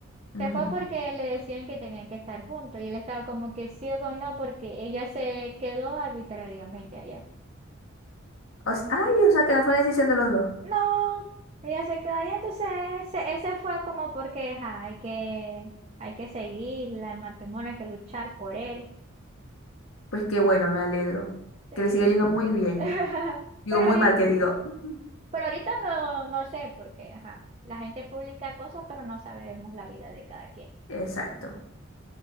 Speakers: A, on the left; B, on the right.
A: Ujú.
B: Se fue porque le decían que tenían que estar juntos y él estaba como que sí o con no porque ella se quedó arbitrariamente allá.
A: O sea, ay, o sea, que no fue una decisión de los dos.
B: No, ella se quedó allá, entonces se- él se fue como porque ajá, hay que, hay que seguir el matrimonio, hay que luchar por él.
A: Pues qué bueno, me alegro.
B: Sí.
A: Que le siga yendo muy bien.
B: <laughs>
A: Digo,
B: Pero
A: muy
B: ahorita,
A: mal que digo. Ujú.
B: pero ahorita no, no sé porque ajá, la gente publica cosas pero no sabemos la vida de cada quien.
A: Exacto.